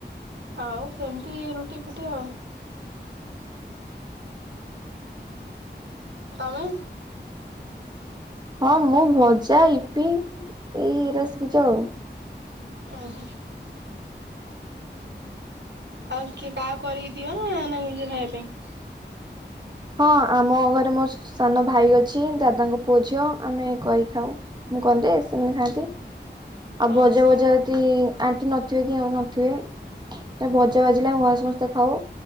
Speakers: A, on the right; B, on the right.
A: ଆଉ ସେମିତି ରୁଟି ଫୁଟି ଆଉ। ତମେ।
B: ହଁ ମୁଁ ଭଜା, ଇପି ଏଇରା ଶିଖିଛି ଆଉ।
A: ଓହୋ। ଆଉ କି କାହା କରି ଦିଅ ନା ନିଜେ ଖାଇବା ପାଇଁ।
B: ହଁ ଆମ ଘରେ ମୋ ସାନଭାଈ ଅଛି ଦାଦାଙ୍କ ପୁଅ ଝିଅ ଆମେ କରି ଖାଉ। ମୁଁ କରିଦେ ସେମାନେ ଖାଆନ୍ତି। ଆଉ
A: ଓହୋ
B: ଭଜା ଭଜା ଯଦି ଆଣ୍ଟି ନଥିବେ କି ଏଉ ନଥିବେ ଭଜା ଭଜ ପିଲା ଉଁ ଆମେ ସମସ୍ତେ ଖାଉ